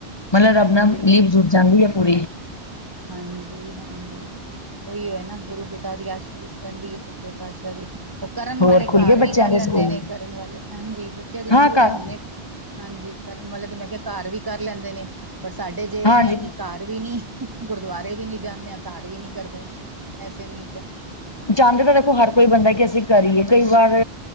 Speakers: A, on the left; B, on the right.
A: ਮਤਲਬ
B: ਹਾਂਜੀ
A: ਰੱਬ ਨਾਲ ਲੀਪ ਜੁੜ ਜਾਂਦੀ ਹੈ ਪੂਰੀ
B: ਹਾਂਜੀ- ਹਾਂਜੀ ਉਹੀਏ ਨਾ ਗੁਰੂ ਪਿਤਾ ਦੀ ਆਸ਼ੀਸ਼ ਰਹਿੰਦੀ ਹੈ ਸੱਚੇ ਪਾਤਸ਼ਾਹ ਦੀ ਕਰਨ
A: ਹੋਰ
B: ਵਾਲੇ
A: ਖੁੱਲ
B: ਘਰ
A: ਗਏ
B: ਵੀ
A: ਬੱਚਿਆਂ
B: ਕਰ
A: ਦੇ
B: ਲੈਂਦੇ
A: ਸਕੂਲ
B: ਨੇ ਕਰਨ ਵਾਲੇ ਹਾਂਜੀ ਬੱਚਿਆਂ ਦੇ
A: ਹਾਂ
B: ਸਕੂਲ
A: ਘਰ
B: ਐ ਹੁਣੇ ਹਾਂਜੀ ਕਰਨਵਾਲੇ ਤੇ ਮੈਂ ਕਿਹਾ ਘਰ ਵੀ ਕਰ ਲੈਂਦੇ ਨੇ ਪਰ ਸਾਡੇ ਜਿ
A: ਹਾਂਜੀ
B: ਇਹ ਨੇ ਕਿ ਘਰ ਵੀ ਨਹੀਂ ਗੁਰਦੁਆਰੇ ਵੀ ਨੀ ਜਾਂਦੇ ਆ ਘਰ ਵੀ ਨੀ ਕਰਦੇ ਆ ਐਸੇ ਨੀਚ ਆ
A: ਜਾਂਦੇ ਤਾਂ ਦੇਖੋ ਹਰ ਕੋਈ ਬੰਦਾ ਕਿ ਅਸੀਂ ਕਰੀਏ ਕਈ ਵਾਰ